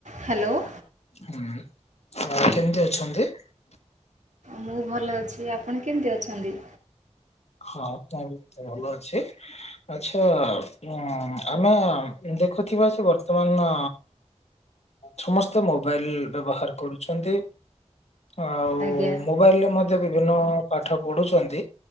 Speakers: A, on the right (about 80°); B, on the left (about 65°).
A: Hello.
B: ହୁଁ <inaudible> କେମିତି ଅଛନ୍ତି?
A: ମୁଁ ଭଲ ଅଛି ଆପଣ କେମିତି ଅଛନ୍ତି?
B: ହଁ <inaudible> ଭଲ ଅଛି। ଆଛା ଉଁ ଆମେ ଦେଖୁଥିବା ସେ ବର୍ତ୍ତମାନ ସମସ୍ତେ ମୋବାଇଲ ବ୍ୟବହାର କରୁଛନ୍ତି ଆଉ
A: ଆଜ୍ଞା।
B: ମୋବାଇଲରେ ମଧ୍ୟ ବିଭିନ୍ନ ପାଠ ପଢୁଛନ୍ତି